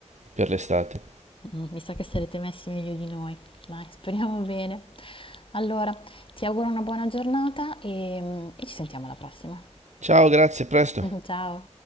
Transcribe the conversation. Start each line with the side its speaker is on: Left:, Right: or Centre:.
Right: per l'estate.
Left: Mm, Mi sa che sarete messi meglio di noi. Dai, speriamo bene. Allora, ti auguro una buona giornata e, mm, e ci sentiamo alla prossima.
Right: Ciao, grazie, a presto.
Left: <laughs> Ciao!